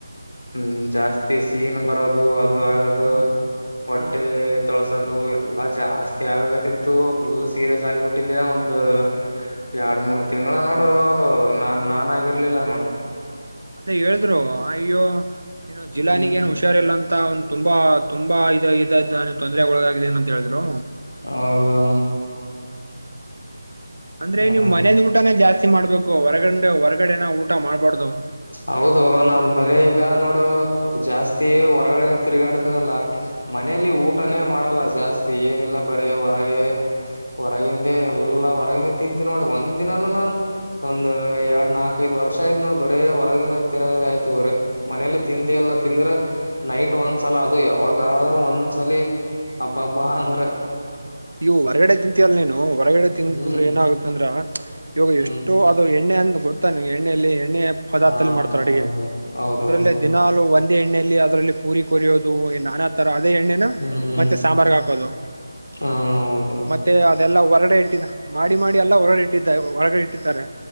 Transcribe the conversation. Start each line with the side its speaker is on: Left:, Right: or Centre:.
Left: ಹ್ಮ್ ಜಾಸ್ತಿ ಸೀನ್ ಬರೋದು ಅದು ಆಗದು ಹೊಟ್ಟೆ
Right: ಹ್ಮ್
Left: ತೊಳ್ಸದು ಅದು ಎಲ್ಲಾ ಜಾಸ್ತಿ ಆಗಕತಿತ್ತು ಫುಲ್ ಸೀರಿಯಸ್ ಆಗ್ಬಿಟ್ಟಿದೆೆ ಒಂದು ಎರಡ್ ಮೂರ್ ತಿಂಗಳ ನೋಡು ನಾನ್ ನಾನ್ ಆಗಿರ್ಲಿಲ್ಲ ನೋಡ
Right: ಅದ ಹೇಳಿದ್ರು ಅ ಅಯ್ಯೋ ಏನು ಜಿಲ್ಲಾನಗ
Left: ಹ್ಮ್
Right: ಏನೊ ಹುಷಾರ್ ಹುಷಾರಿಲ್ಲ ಅಂತ ಒಂದ್ ತುಂಬಾ ತುಂಬಾ ಇದ ಇದ ಇದ ತೊಂದ್ರೆ ಒಳಗಾಗಿದೆ ಏನ ಅಂತ ಹೇಳಿದ್ರು
Left: ಹೌದು
Right: ಹ್ಮ್ ಅಂದ್ರೆ
Left: ಹ
Right: ನೀವ್ ಮನೆದ ಊಟನ ಜಾಸ್ತಿ ಮಾಡ್ಬೇಕು ಹೊರಗಂಡ ಹೊರಗ ಹೋರಗಡೆನ ಊಟಾ ಮಾಡ್ಬಾರ್ದು
Left: ಹೌದು ನಾ ಬರೀ ಈಗ ನೋಡು ಜಾಸ್ತಿ ಹೊರಗಡೆನ ತಿರ್ಗಾಡದಲ್ಲಾ ಮನೇಲಿ ಊಟನೇ ಮಾಡಲ್ಲ ಜಾಸ್ತಿ ಏನಿಲ್ಲ ಬರೀ ಹೊರಗೆ ಹೊರಗಿಂದೆ ಎಲ್ಲಾ ಹೊರಗಿಂದ ತಿಂತೀನಿ ನೋಡ ಒಂದ್ ದಿನಾನೂ ನಾನು ಒಂದ್ ಎರಡ್ ನಾಲ್ಕ ಐದ ವರ್ಷ ಆಯ್ತ ನೋಡ ಬರೇ ಹೊರಗಿನ ತಿನ್ನೋದ ಆಯ್ತು ಬರೇ ಮನೇಲಿ ತಿಂದಿ ಎಲ್ಲ ತಿಂದ್ರೆ ನೈಟ್ ಒಂದ್ಸಲ ಅದು ಯಾವಾಗಾದ್ರೂ ಒಂದ್ಸಲಿ ಅಬ್ಬಾಬ್ಬಾ ಅಂದ್ರೆ
Right: ನೀವು ಹೊರಗಡೆ ತಿಂತೀ ಅಲ್ ನೀನು ಹೊರಗಡೆ ತಿಂದಂದ್ರೆ
Left: ಹ್ಮ್
Right: ಏನಾಗುತ್ತಂದ್ರ ಇವಾಗ
Left: ಹ್ಮ್
Right: ಎಷ್ಟೋ ಅದು ಎಣ್ಣೆ ಅಂತ ಗೊರ್ತ್ತಾನೆ ಎಣ್ಣೆಯಲ್ಲಿ ಪದಾರ್ಥದಲ್ಲಿ
Left: ಹ
Right: ಮಾಡ್ತಾರೆ ಅಡುಗೆ
Left: ಹೌದು ಹೌದೌದೌದು
Right: ಅದರಲ್ಲ ದಿನ ಒಂದ ಅ ಎಣ್ಣೆಯಲ್ಲಿ ಅದರಲ್ಲಿ ಪೂರಿ ಕೊರಿಯೋದು ನಾನಾ ತರ ಅದೇ ಎಣ್ಣೆನ
Left: ಹ್ಮ್
Right: ಮತ್ತೆ ಸಾಂಬಾರ್ ಹಾಕೋದು
Left: ಹ ಹೌದು
Right: ಮತ್ತೆ ಅದೆಲ್ಲಾ ಹೊರಡೆ ಇಟ್ಟಿದ ಮಾಡಿ ಮಾಡಿ ಎಲ್ಲ ಹೊರಗಡೆ ಇಟ್ಟ ಹೊರಗಡೆ ಇಟ್ಟಿದ್ದಾರೆ